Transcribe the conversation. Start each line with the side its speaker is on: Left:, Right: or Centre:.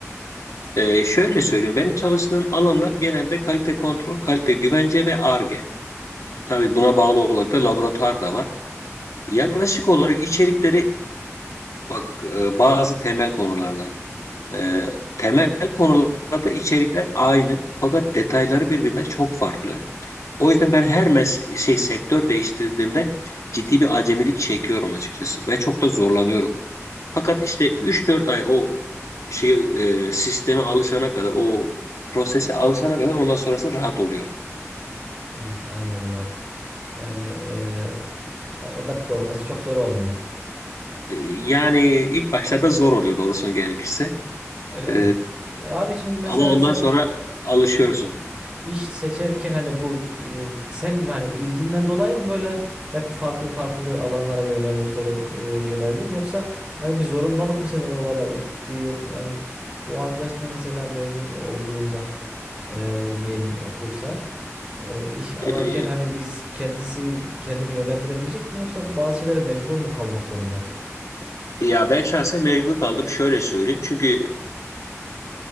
Left: E, şöyle söyleyeyim. Benim çalıştığım alanlar genelde kalite kontrol, kalite güvence ve Ar-Ge. Tabii buna bağlı olarak da laboratuvar da var. Yaklaşık olarak içerikleri Bak e, bazı temel konularda e, temel konularda içerikler aynı fakat detayları birbirinden çok farklı. O yüzden ben her mes şey sektör değiştirdiğimde ciddi bir acemilik çekiyorum açıkçası ve çok da zorlanıyorum. Fakat işte üç dört ay o şey e, sisteme alışana kadar o prosese alışana kadar ondan sonrası rahat oluyor.
Right: Hmm, anladım abi. Yani e, adapte olması çok zor olmuyor.
Left: E, yani ilk başlarda zor oluyor doğrusunu gerekirse.
Right: Öyle
Left: E,
Right: mi? E, abi şimdi mesela
Left: ama ondan
Right: sen
Left: sonra alışıyorsun.
Right: İş seçerken hani bu e, sen hani ilginden dolayı mı böyle hep farklı farklı alanlara yönelmek zorun e, yöneldin yoksa hani bir zorundalık mı seni oralara itti yok hani bu arkadaş da mesela mezun olduğunda e, diyelim okursa e, iş ararken
Left: E,
Right: hani biz kendisi kendini yönlendirebilecek mi yoksa bazı şeylere mecbur mu kalmak zorunda?
Left: Ya ben şahsen mecbur kaldım şöyle söyleyeyim. Çünkü